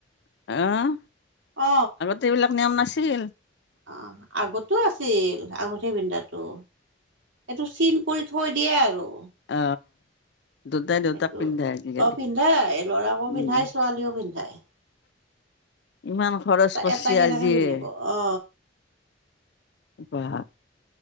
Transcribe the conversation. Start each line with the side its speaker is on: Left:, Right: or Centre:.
Left: অ
Right: অ
Left: সেইবিলাক নিয়ম নাছিল।
Right: অ আগতেও আছিল আঙুঠি পিন্ধোৱাটো। এইটো চিন কৰি থৈ দিয়ে আৰু।
Left: অ দুটাই দুয়োটাক
Right: এইটো
Left: পিন্ধাই আজিকালি
Right: অ পিন্ধাই ল'ৰাকো
Left: উম।
Right: পিন্ধাই ছোৱালীও পিন্ধায়।
Left: ইমান খৰচ কৰছে
Right: এটা কেনেকে
Left: আজিয়ে।
Right: পিন্ধিব অ
Left: বা।